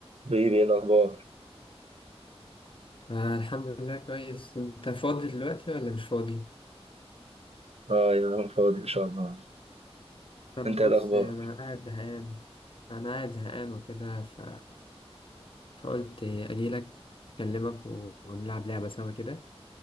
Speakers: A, on the right (about 70°); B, on the left (about 55°).
A: حبيبي ايه الاخبار
B: آه الحمد لله كويس انت فاضي دلوقتي ولا مش فاضي
A: اه يا انا فاضي ان شاء الله
B: طب
A: انت
B: بص
A: ايه الاخبار
B: انا قاعد زهقان انا قاعد زهقان وكده ف... فقلت اجيلك اكلمك و- ونلعب لعبة سوا كده